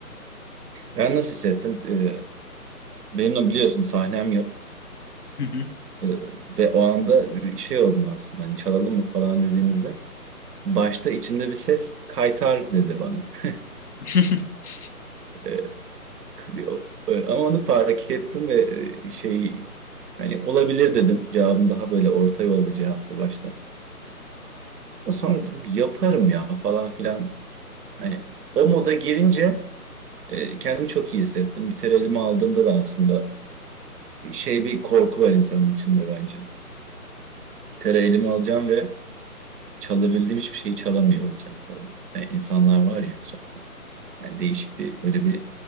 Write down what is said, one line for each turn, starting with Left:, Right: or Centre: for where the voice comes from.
Right: Ben nasıl hissettim? E, Benimle biliyorsun sahnem yok.
Left: Hı hı.
Right: E, Ve o anda bir şey oldum aslında. Hani çalalım mı falan dediğinizde. Başta içimde bir ses kaytar dedi bana. <laughs>
Left: <laughs>
Right: E, o- e, Ama onu fark ettim ve e, şey hani olabilir dedim. Cevabım daha böyle orta yolda cevaptı başta. Sonra dedim yaparım ya falan filan. Hani o moda girince e, kendimi çok iyi hissettim. Gitarı elime aldığımda da aslında şey bir korku var insanın içinde bence. Gitarı elime alacağım ve çalabildiğim hiçbir şeyi çalamıyor olacağım falan. Yani insanlar var ya etrafta. Yani değişik bir böyle bir